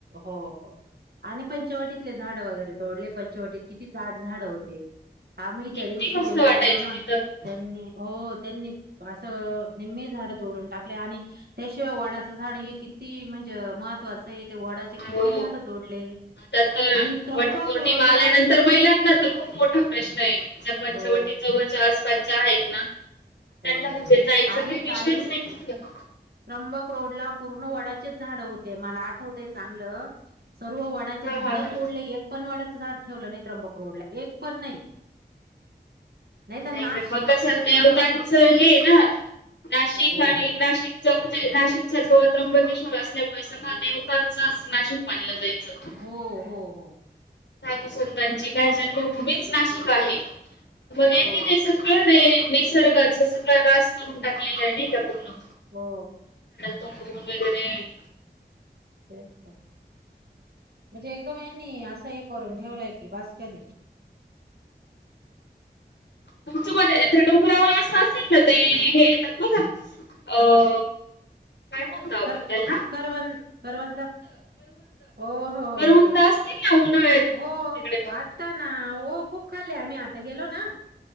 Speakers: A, on the right; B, on the left.
A: हो हो आणि पणेवट <unintelligible> तिथलं झाड वगैरे तोडले पंचवटीत किती धाट झाड होती आम्ही
B: किती
A: त्या दिवशी
B: मस्त
A: गेलो
B: वाटायचं
A: करोना
B: तिथं
A: त्यांनी हो त्यांनी असं निममी झाड तोडून टाकले आणि त्याशिवाय वाडाचं झाड हे किती म्हणे म्हणजे <unintelligible> महत्वाचं आहे ते वडाचे किती
B: हो
A: झाड तोडले
B: आता तर
A: आणि त्र्यंबक
B: वटपौर्णिमा
A: रोडला
B: आल्यानंतर
A: पूर्ण
B: महिलांना तर खूप मोठा प्रश्न आहे ज पंच्यवटीत
A: हो
B: जवळच्या आसपासच्या आहेत ना त्यांना
A: हो
B: म्हणजे जायच काही
A: आणि
B: विषयच
A: ताई
B: नाही का <unintelligible>
A: त्र्यंबक रोड ला पूर्ण वडाचेच झाड होते मला आठव चांगलं सर्व वडाचे
B: हा
A: झाड
B: हा हा हा.
A: तोडले एक पण वडाच झाड ठेवलं नाही त्र्यंबक रोडला एक पण नाही तर
B: नाही
A: नाशिक
B: <unintelligible> पण मग कसं
A: ते
B: वाटत येवदांचं
A: त्र्यंबकेश
B: <unintelligible> हे ना नाशिक
A: हो.
B: आणि नाशिक म्हणजे नाशिकच्या जवळ त्र्यंबकेश्वर असल्यामुळे सगळ देवतांचच नाशिक मानलं जायचं.
A: हो हो हो
B: साधू संतांची काय जन्मभूमीच नाशिक आहे मग आहे
A: हो
B: की ते सगळं र निसर्गाचं सगळं रास करून टाकलेला आहे ना एका पूर्ण
A: हो
B: तड <unintelligible> वगैरे
A: तेच तर. म्हणजे एकदम यांनी असं हे करून ठेवलंय की बास कधी
B: तुमचं म डोंगरावर असं असेल ना ते हे येतात बघा अ काय म्हणतो आपण
A: कर
B: त्याला
A: करवन करवंद ओ हो हो
B: करवंद असतील ना उन्हाळ्यात
A: हो
B: तिकडे मग
A: आत्ता ना हो खूप खालयं आम्ही आता गेलो ना